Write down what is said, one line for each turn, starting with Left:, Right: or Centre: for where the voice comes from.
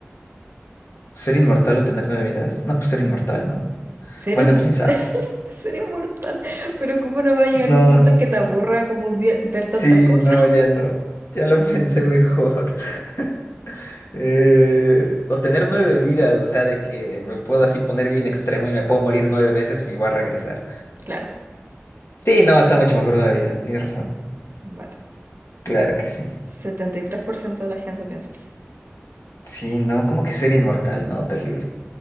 Left: ¿Ser inmortal o tener nueve vidas? No, pues ser inmortal, ¿no?
Right: Ser,
Left: Bueno,
Right: inmo-
Left: quién sabe.
Right: ser inmortal, pero ¿cómo no va a llegar
Left: No,
Right: un punto en que te aburra como vie- ver tanta
Left: sí,
Right: cosa?
Left: no,
Right: <laughs>
Left: ya no. Ya lo pensé mejor. <laughs> Eh, o tener nueve vidas, o sea, de que me puedo así poner bien extremo y me puedo morir nueve veces y voy a regresar.
Right: Claro,
Left: Sí, no, está mucho mejor nueve vidas, tienes razón.
Right: vale.
Left: Claro que sí.
Right: 73% de la gente piensa así.
Left: Sí, no, como que ser inmortal, no, terrible.